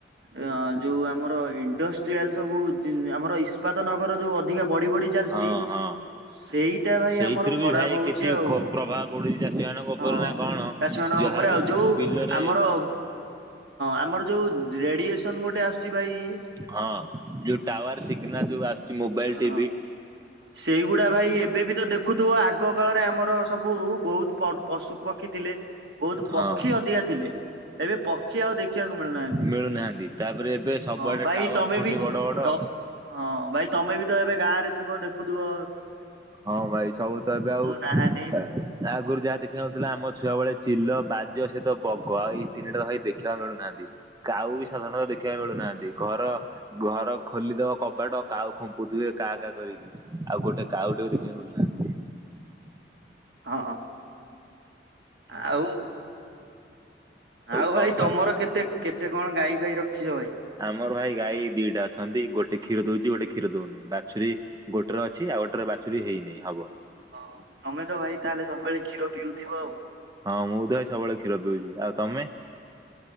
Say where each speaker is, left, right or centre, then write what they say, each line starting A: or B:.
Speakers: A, on the right (about 70°); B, on the right (about 20°).
A: ଅ ଯୋଉ ଆମର ଇଣ୍ଡଷ୍ଟ୍ରିଆଲ ସବୁ ଜିନ୍ ଆମର ଇ ଇସ୍ପାତ ନଗର ଯୋଉ ଅଧିକା ବଢି ବଢି ଚାଲ
B: ହଁ ହଁ।
A: ସେଇଟା ଭାଇ
B: ସେଇଥିରୁ
A: ଆମର ଖରାପ
B: ବି ଭାଇ
A: ହୋଉଚି
B: କିଛି
A: ଆଉ
B: କ ପ୍ରଭାବ ପଡୁଛି ଚାଷୀ ମାନଙ୍କ ଉପରେ
A: ହଁ।
B: ନା କଣ
A: ଚାଷୀମାନଙ୍କ
B: ଯାହାବି
A: ଓପରେ ଆଉ ଯୋଉ
B: ବିଲରେ
A: ଆମର ହଁ ଆମର ଯୋଉ ଉ ରେଡିଏସନ୍ ଗୋଟେ ଆସୁଚି ଭାଇ ସ୍
B: ହଁ ଯୋଉ ଟାୱାର ସିଗ୍ନାଲ୍ ଯୋଉ ଆସୁଚି ମୋବାଇଲ୍
A: ହଁ
B: ଟିଭି
A: ସେଇଗୁଡା ଭାଇ ଏ ଏବେ ବି ତ ଦେଖୁଥୁବ ଆଗ କାଳରେ ଆମର ସବୁ ବୋହୁତ୍ ପ-ପଶୁ ପକ୍ଷୀ ଥିଲେ। ବୋହୁତ୍
B: ହଁ
A: ପକ୍ଷୀ ଅଧିକା ଥିଲେ ଏବେ ପକ୍ଷୀ ଆଉ ଦେଖିବାକୁ ମିଳୁନାହାନ୍ତି
B: ମିଳୁନାହାଁନ୍ତି ତାପରେ ଏବେ ସବୁଆଡେ
A: ହଁ ଭାଇ
B: ଟାୱାର୍
A: ତମେ
B: ଖୁଣ୍ଟି
A: ବି
B: ବଡ ବଡ
A: ତ ହଁ ଭାଇ ତମେ ବି ତ ଏବେ ଗାଁରେ ଥିବ ଦେଖୁଥୁବ
B: ହଁ ଭାଇ ସବୁ ତ ଏବେ ଆଉ
A: ନାହାନ୍ତି।
B: ତା ଆଗରୁ ଯାହା ଦେଖିବାକୁ ମିଳଥୁଲା ଆମ ଛୁଆ ବେଳେ ଚିଲ, ବାଜ ସେ ତ ବଗ ଆଉ ଏଇ ତିନିଟା ତ ଭାଇ ଦେଖିଆକୁ ମିଳୁନାହାଁନ୍ତି। କାଉ ବି ସାଧାରଣତ ଦେଖିବାକୁ ମିଳୁନାହାଁନ୍ତି ଘର ଘର ଖୋଲିଦବ କବାଟ କାଉ ଖୁମ୍ପୁଥିବେ କାଆ କାଆ କରିକି ଆଉ ଗୋଟେ କାଉ ତାକୁ ଦେଖିବାକୁ ଗଲୁନା।
A: ହଁ। ଆଉ ଆଉ
B: କଣ
A: ଭାଇ
B: କହ
A: ତମର କେତେ କେତେ କଣ ଗାଈ ଗଈ ପାଇ ରଖିଛ ଭାଇ?
B: ଆମର ଭାଇ ଗାଈ ଦିଟା ଅଛନ୍ତି ଗୋଟେ କ୍ଷୀର ଦଉଚି ଗୋଟେ କ୍ଷୀର ଦଉନି ବାଛୁରୀ ଗୋଟେରେ ଅଛି ଆଉ ଗୋଟେରେ ବାଛୁରୀ ହେଇନି ହବ।
A: ହଁ ତମେ ତ ଭାଇ ତାହେଲେ ସବୁବେଳେ କ୍ଷୀର ପିଉଥିବ ଆଉ।
B: ହଁ ମୁଁ ତ ଭାଇ ସବୁବେଳେ କ୍ଷୀର ପିଉଚି ଆଉ ତମେ?